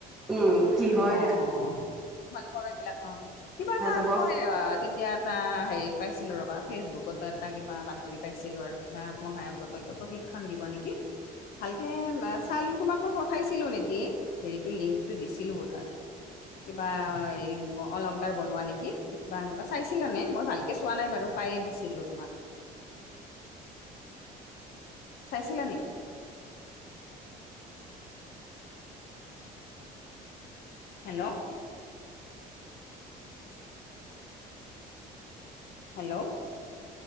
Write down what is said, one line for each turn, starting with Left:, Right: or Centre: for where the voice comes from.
Centre: উম, কি হয়
Left: অ
Centre: দেখা
Left: অ অ তোমালোকৰ এইবিলাক অ' কিবা
Centre: দেখা
Left: এটা
Centre: যাব।
Left: আজি মই আ এতিয়া এটা হেৰিত পাইছিলোঁ ৰ'বা। ফেচবুকতো এটা কিবা বাতৰি পাইছিলো। আৰু কিবা আত্মসহায়ক গোত কিবা প্ৰশিক্ষ প্ৰশিক্ষন দিব নেকি? ভালকে চাল তোমাক মই পঠাইছিলো নেকি? হেৰিতটো লিংক টো দিছিলো বহু হয়। কিবা হেৰি অলংকাৰ বনোৱা নেকি কিবা সেনেকুৱা চাই চিলানে মই ভালকে চোৱা নাই বাৰু পায়ে দিছিলো তোমাক। চাই চিলা নেকি? হেলো! হেলো!